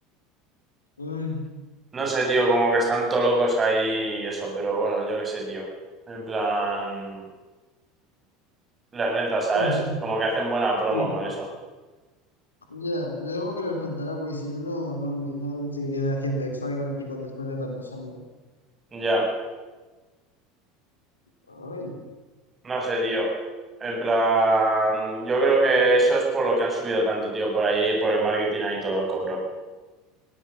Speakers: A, on the left (about 80°); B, on the right (about 25°).
A: Uy.
B: No sé, tío, como que están todo locos ahí y eso, pero bueno, yo qué sé, tío. En plan, les renta, ¿sabes?
A: Ujú.
B: Como que hacen buena promo
A: Sí.
B: con eso.
A: Ya, yo supongo que les rentará, porque si no, no, no, no seguirían haciendo exactamente igual después de tantos años.
B: Ya,
A: Ay.
B: no sé, tío. En plan, yo creo que eso es por lo que han subido tanto, tío, por ahí, por el marketing ahí todo loco, bro.